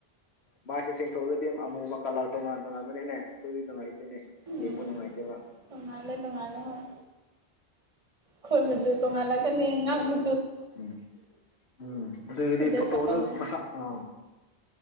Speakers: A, on the left; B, on the right.
A: ꯃꯥꯏꯁꯦ ꯆꯦꯡꯊꯣꯛꯑꯗꯤ ꯑꯃꯨꯕ ꯀꯥꯂꯥ꯭ꫪ ꯇꯣꯉꯥꯟ ꯇꯣꯉꯥꯟꯕꯅꯤꯅꯦ ꯑꯗꯨꯗꯤ ꯅꯨꯡꯉꯥꯏꯇꯦꯅꯦ
B: ꯎꯝ
A: ꯌꯦꯡꯕ ꯅꯨꯡꯉꯥꯏꯇꯦꯕ
B: ꯇꯣꯡꯉꯥꯜꯂꯦ ꯇꯣꯡꯉꯥꯜꯂꯦ ꯍꯣꯏ ꯈꯨꯠ ꯃꯆꯨ ꯇꯣꯡꯉꯥꯜꯂꯛꯀꯅꯤ ꯉꯥꯛ ꯃ
A: ꯎꯝ ꯎꯝ ꯑꯗꯨꯗꯤ
B: ꯑꯗꯨ
A: ꯐꯣꯇꯣꯗ
B: ꯇꯧꯕꯅꯦ
A: ꯃꯁꯛ ꯎꯝ